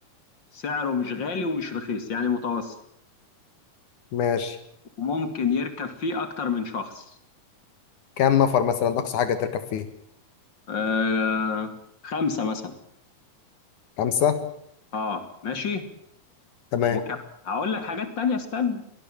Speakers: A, on the left; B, on the left.
A: سعره مش غالي ومش رخيص يعني متوسط
B: ماشي
A: وممكن يركب فيه اكتر من شخص
B: كام نفر مثلا أقصى حاجة تركب فيه
A: آه خمسه مثلا
B: خمسة
A: اه ماشي
B: تمام
A: وكم هقول لك حاجات تانية استنى